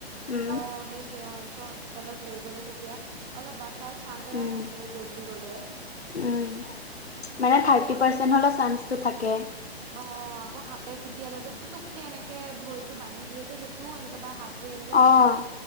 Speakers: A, on the left (about 70°); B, on the right (about 15°).
A: উম,
B: অ' সেইটোযৱে অ ওচৰত হস্পিতালত লৈ গ'লে তেতিয়া অলপ বাচ ছাৰ চানচ এটা
A: উম,
B: থাকে জল্দি গলে।
A: উম, মানে
B: আকৌ
A: থাৰ্টি পাৰ্চেন্ট
B: এই,
A: হ'লেও চান্সটো থাকে।
B: অৱ আকৌ হাত পে খুটিয়ালে যে পুটোককে এনেকে ভৰিটো বান্ধি দিয়ে যে সেইটোও এনেকে বা হাত ভৰি এনেকে বান্ধি
A: অ',
B: বান্ধি দিয়ে,